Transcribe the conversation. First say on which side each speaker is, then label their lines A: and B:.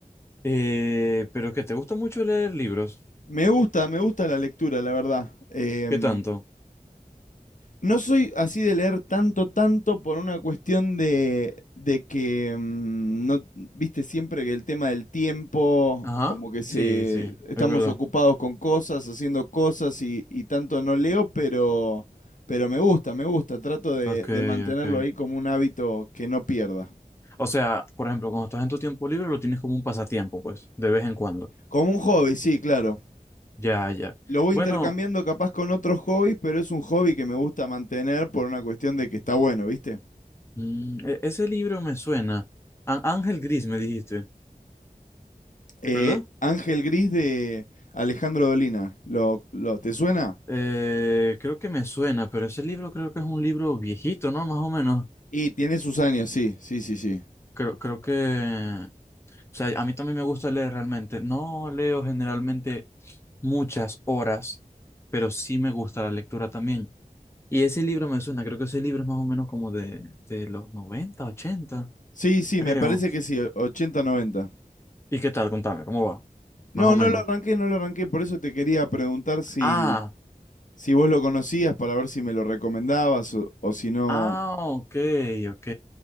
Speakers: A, on the left (about 15°); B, on the left (about 60°).
A: Eh, pero que te gusta mucho leer libros.
B: Me gusta, me gusta la lectura, la verdad. Em,
A: ¿Qué tanto?
B: No soy así de leer tanto, tanto por una cuestión de, de que, mm, no, viste, siempre que el tema del tiempo,
A: Ajá,
B: como que se,
A: sí, sí,
B: estamos
A: es verdad.
B: ocupados con cosas, haciendo cosas y, y tanto no leo, pero, pero me gusta, me gusta, trato de,
A: Ok,
B: de mantenerlo
A: ok.
B: ahí como un hábito que no pierda.
A: O sea, por ejemplo, cuando estás en tu tiempo libre lo tienes como un pasatiempo, pues, de vez en cuando.
B: Como un hobby, sí, claro.
A: Ya, ya.
B: Lo voy
A: Bueno,
B: intercambiando capaz con otros hobbies, pero es un hobby que me gusta mantener por una cuestión de que está bueno, ¿viste?
A: mm, e- ese libro me suena. Á- Ángel Gris me dijiste,
B: Eh,
A: ¿verdad?
B: Ángel Gris de Alejandro Dolina. ¿Lo, lo, te suena?
A: Eh, creo que me suena, pero ese libro creo que es un libro viejito, ¿no? Más o menos.
B: Y tiene sus años, sí, sí, sí, sí.
A: Creo, creo que, o sea, a mí también me gusta leer realmente. No leo generalmente muchas horas, pero sí me gusta la lectura también. Y ese libro me suena, creo que ese libro es más o menos como de, de los 90 80
B: Sí, sí,
A: creo.
B: me parece que sí, o- 80, 90.
A: ¿Y qué tal? Contame, ¿cómo va?
B: No,
A: Más o
B: no
A: menos.
B: lo arranqué, no lo arranqué, por eso te quería preguntar si,
A: Ah,
B: si vos lo conocías para ver si me lo recomendabas o, o si no.
A: ah, ok, ok.